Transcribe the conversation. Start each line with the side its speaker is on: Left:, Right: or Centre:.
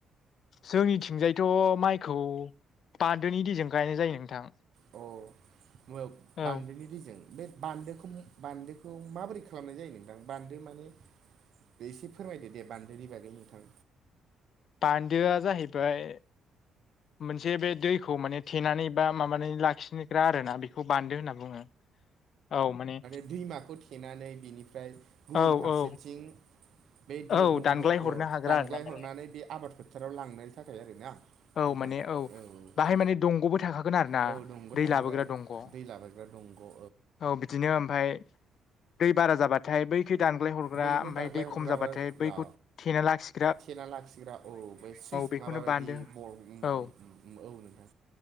Left: जोंनिथिंजायथ' माइखौ बान्दोनि दैयजों गायनाय जायो नोंथां।
Right: अ मुवायाव बान्दोनि
Left: औ
Right: दैजों बे बान्दोखौ बान्दोखौ माबोरै खालामनाय जायो नोंथां बान्दो माने बे एसे फोरमायदो दे बान्दोनि बागै नोंथां?
Left: बान्दोआ जाहैबाय मोनसे बे दैखौ माने थेनानै बा माबानानै लाखिनो ग्रा आरो ना बेखौ बान्दो होनना बुंङो औ माने
Right: दैमाखौव थेनानै बिनिफ्राय गुबुन
Left: औ
Right: फारसेथिं
Left: औ
Right: बन्द
Left: औ
Right: दानग्लायहरनानै
Left: दानग्लाय हरनो हाग्रा आरो ना माने
Right: बे आबादफोरखौ फोथाराव लांनायनि थाखाय आरोना
Left: औ
Right: नोंथां
Left: माने
Right: औ
Left: बाहाय
Right: औ औ
Left: माने दंग'बो थाखागोन आरो ना
Right: औ औ दंबो
Left: दै
Right: थाफैबाय।
Left: लाबोग्रा दंग' औ
Right: दै लाबायग्रा दंग' औ।
Left: औ बिदिनो ओमफ्राय दै बारा जाबाथाय बै खै दानग्लाय हरग्रा
Right: बैखौ
Left: ओमफफ्राय
Right: दानग्लाय
Left: दै
Right: हरग्राबो
Left: खम जाबाथाय
Right: र'
Left: बैखौ थेना लाखि
Right: थेना लाखिग्रा औ बै सुइस
Left: बेखौनो
Right: माबा बायदि
Left: बान्दो
Right: ब'रट उम
Left: औ
Right: उम उम उम औ नोंथां।